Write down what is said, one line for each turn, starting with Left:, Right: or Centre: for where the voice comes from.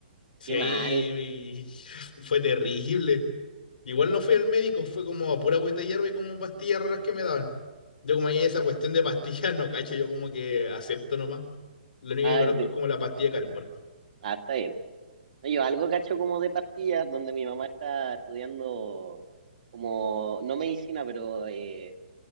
Left: Si
Right: Qué mal.
Left: ahí <laughs> fue terrible. Igual no fui al médico, fue como pura agüita de hierba y como pastillas raras que me daban. Yo como ahí esa cuestión de pastillas <laughs> no cacho, yo como que acepto nomás. Lo único
Right: Ah,
Left: que conozco
Right: de-
Left: es como la pastilla de carbón.
Right: ah, está bien. No, Yo algo cacho como de pastillas, donde mi mamá está estudiando como, no medicina, pero eh,